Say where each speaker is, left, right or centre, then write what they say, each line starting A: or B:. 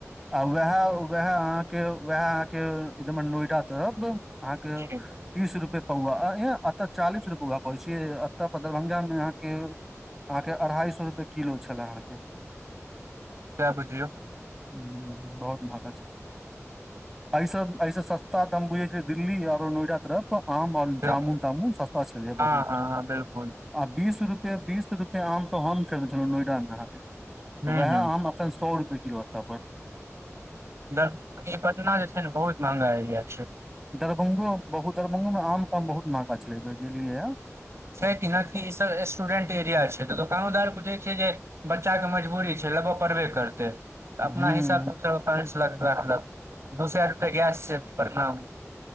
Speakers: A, in the centre; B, on the right.
A: आ वेएह वेएह आहाँके वएह आहाँ के एदम नोएडा तरफ अहाँके
B: जी
A: तीस रुपए पौआ एतऽ चालीस रुपैए पौआ कहै छियै एतऽ दरभंगा मे अहाँके अहाँ के अढ़ाई सए रूपेए किलो छले अहा के
B: सेएह बुझियौ
A: हू बहुत महगा छै, ऐस ऐसे सस्ता तऽ हम बुझै छी दिल्ली आरो नोएडा तरफ आम आओर
B: बिल्कुल
A: जामुन तामुन सस्ता छलैए
B: हँ
A: बहुत
B: हँ हँ बिलकुल
A: आ बीस रूपए बीस रूपए आम तो हम खेने छलहुं नोएडा मे अहाँके
B: हूँ
A: वएह
B: हूँ
A: आम एत सौ रुपए किलो औत तऽ अपन।
B: द ई पटना जे छै ने बहुत महंगा एरिया छै,
A: दरभ्ंगो बहुत दरभंगोमे आम-ताम बहुत महगा छले अहिबेर गेलियैए,
B: छै कि न की ई सब एस स्टूडेंट एरिया छै तऽ दोकानोदार बुझै छै जे बच्चा के मजबूरी छै लेबय पड़बे करतै तऽ अपना
A: हूं
B: हिसाबसँ पाँच लाख कै देलक दू सै रुपए गैस छै प्रणाम